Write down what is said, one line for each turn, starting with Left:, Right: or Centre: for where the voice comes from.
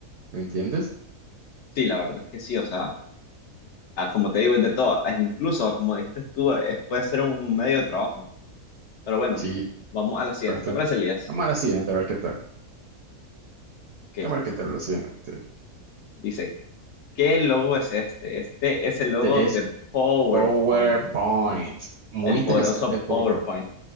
Right: ¿me entiendes?
Left: Sí, la verdad es que sí, o sea. ah, como te digo, es de todo. Ah, Incluso, como dijiste tú, es- puede ser un medio de trabajo. Pero bueno,
Right: Sí,
Left: vamos a la siguiente.
Right: bastante.
Left: ¿Te parece, Elías?
Right: Vamos a la siguiente, a ver qué tal.
Left: Ok.
Right: A ver qué tal la siguiente.
Left: Dice, ¿qué logo es este? Este es el logo
Right: Este
Left: de
Right: Es
Left: PowerPoint,
Right: PowerPoint. Muy
Left: el
Right: interesante,
Left: poderoso
Right: PowerPoint.
Left: PowerPoint.